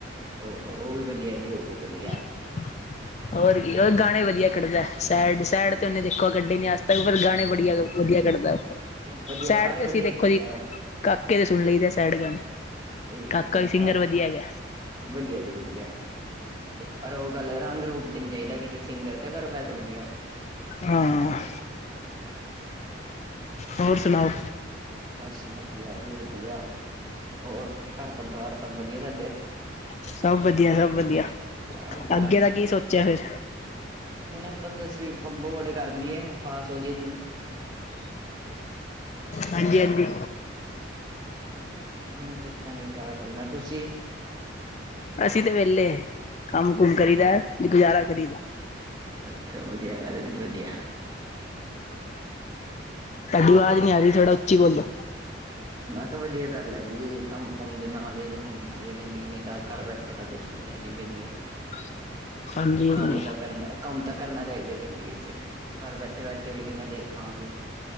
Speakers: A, on the right; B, on the left.
A: ਹੋ ਉਹ ਵੀ ਵਧੀਆ ਜੀ, ਉਹ ਵੀ ਵਧੀਆ
B: <inaudible> ਹੋਰ ਕੀ ਗਾਣੇ ਵਧੀਆ ਕੱਢਦਾ ਸੈਡ ਸੈਡ ਤੇ ਉਹਨੇ ਦੇਖੋ ਕੱਢੇ ਨੀ ਅੱਜ ਤੱਕ ਪਰ ਗਾਣੇ ਵਧੀਆ ਵਧੀਆ ਕਢਦਾ ਉਹ
A: ਵਧੀਆ
B: ਸੈਡ
A: ਸਾਰੇ
B: ਤੇ
A: ਵਧੀਆ
B: ਅਸੀਂ ਦੇਖੋ
A: ਹੀ ਕੱਢਦਾ
B: ਜੀ
A: ਉਹ
B: ਕਾਕੇ ਦੇ ਸੁਣ ਲਈ ਦੇ ਆ ਸੈਡ ਗਾਣੇ
A: ਸਹੀ
B: ਕਾਕਾ
A: ਗੱਲ ਐ,
B: ਵੀ ਸਿੰਗਰ ਵਧੀਆ ਹੈਗਾ
A: ਵਧੀਆ ਜੀ ਵਧੀਆ ਪਰ ਉਹ ਗੱਲ ਰੰਗ ਰੂਪ ਤੇ ਨਹੀਂ ਚਾਹੀਦਾ ਕਿਸੇ ਸਿੰਗਰ ਤੇ ਪਰ ਵੈਸੇ ਵਧੀਆ ਉਹ
B: ਹਾਂ, ਹੋਰ ਸੁਣਾਓ
A: ਬਸ ਵਧੀਆ ਜੀ, ਵਧੀਆ ਹੋਰ ਘਰ ਪਰਿਵਾਰ ਸਭ ਵਧੀਆ ਤੁਹਾਡੇ
B: ਸਭ ਵਧੀਆ, ਸਭ ਵਧੀਆ
A: ਹਾਂਜੀ
B: ਅੱਗੇ ਦਾ ਕੀ ਸੋਚਿਆ ਫੇਰ
A: ਹੁਣ ਇਹ ਤਾਂ ਦਸਵੀਂ ਬੋਰਡ ਕਰ ਲਈਏ ਪਾਸ ਹੋ ਜੀਏ <unintelligible>
B: ਹਾਂਜੀ, ਹਾਂਜੀ
A: ਹੁਣ ਸੋਚਾਂਗੇ ਕਿਆ ਕਰਨਾ ਤੁਸੀਂ
B: ਅਸੀਂ ਤੇ ਵੇਹਲੇ ਕੰਮ ਕੁਮ ਕਰੀ ਦਾ ਵੀ ਗੁਜ਼ਾਰਾ ਕਰੀ ਦੇ
A: ਅੱਛਾ ਵਧੀਆ ਗੱਲ ਐ ਜੀ ਵਧੀਆ
B: ਥਾਡੀ ਅਵਾਜ਼ ਨੀ ਆ ਰਹੀ ਥੋੜਾ ਉੱਚੀ ਬੋਲੋ
A: ਮੈਂ ਕਿਹਾ ਵਧੀਆ ਗੱਲ ਆ ਜੀ ਕੰਮ ਕੁੰਮ ਦੇ ਨਾਲ ਹੀ ਹੁੰਦੀ ਐ ਜ਼ਿੰਦਗੀ ਨਹੀ ਤਾਂ ਘਰ ਬੈਠੇ ਠੇ ਤਾਂ ਕੁੱਛ ਨੀ ਹੈ ਜੀ ਵੇਹਲੇ
B: <inaudible> ਹਾਂਜੀ
A: ਕੰਮ ਤਾਂ ਕਰਨਾ ਕੰਮ ਤਾਂ ਕਰਨਾ ਚਾਹੀਦਾ ਜ਼ਿੰਦਗੀ ਚ ਘਰ ਬੈਠੇ-ਬੈਠੇ ਵੀ ਕਿੰਨੀ ਦੇਰ ਖਾਵਾਂਗੇ